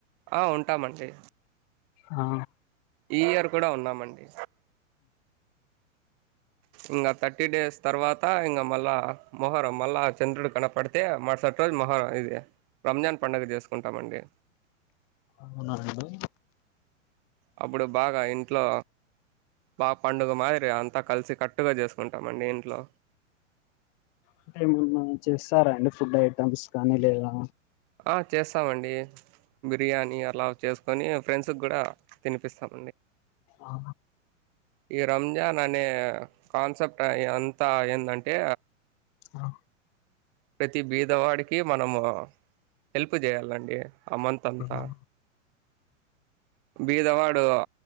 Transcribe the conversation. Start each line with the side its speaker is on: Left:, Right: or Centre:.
Right: ఆ ఉంటామండి.
Left: ఆ
Right: ఈ ఇయర్ కూడా ఉన్నామండి. ఇంకా థర్టీ డేస్ తర్వాత ఇంకా మళ్ళా మొహరం మళ్ళా చంద్రుడు కనపడితే మరుసట్. రోజు మహా ఇది రంజాన్ పండుగ చేసుకుంటామండి.
Left: అవునాండి
Right: అప్పుడు బాగా ఇంట్లో బా పండుగ మాదిరి అంతా కలిసి కట్టుగా చేసుకుంటామండి ఇంట్లో.
Left: అంటే ఏమన్నా చేస్తారా అండి ఫుడ్ ఐటమ్స్ కానీ లేదా
Right: ఆ చేస్తామండి బిర్యానీ అలా చేన స్ కొన్నీ ఫ్రెండ్స్ కి కూడా తినిపిస్తాం.
Left: ఆ
Right: ఈ రంజాన్ అనే కాన్సెప్ట్ అంతా ఏందంటే.
Left: ఆ
Right: ప్రతి బీదవాడికి మనము హెల్ప్ చేయాలండి. ఆ మంతంతా
Left: ఆ
Right: బీదవాడు